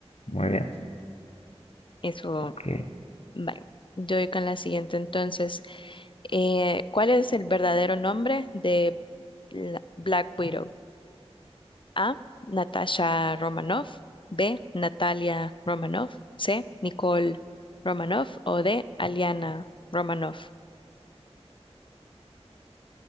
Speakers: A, on the left (about 70°); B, on the left (about 50°).
A: Muy bien.
B: Eso,
A: Ok.
B: vale. Yo voy con la siguiente entonces. Eh, ¿cuál es el verdadero nombre de la- Black Widow? A. Natasha Romanoff. B. Natalia Romanoff. C. Nicole Romanoff. O D. Aliana Romanoff.